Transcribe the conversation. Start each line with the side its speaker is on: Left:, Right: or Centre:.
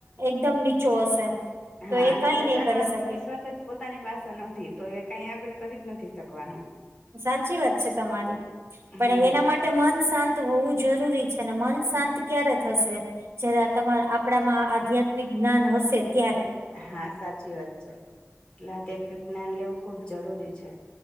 Right: એકદમ નીચું હશે તો
Left: હા
Right: એ
Left: અને
Right: કઈ
Left: પોતાનો
Right: નહી કરી
Left: આત્મવિશ્વાસ
Right: શકે
Left: જ પોતાની પાસે નથી તો એ કઈ આગળ કરી જ નથી શકવાનું
Right: સાચી વાત છે તમારી
Left: હમ
Right: પણ એના માટે માટે મન શાંત હોવું જરૂરી છે ને મન શાંત ક્યારે થશે જ તમારા આપણામાં આધ્યાત્મિક જ્ઞાન હશે ત્યારે
Left: હા સાચી વાત છે એટલે આધ્યાત્મિક જ્ઞાન લેવું ખુબ જરૂરી છે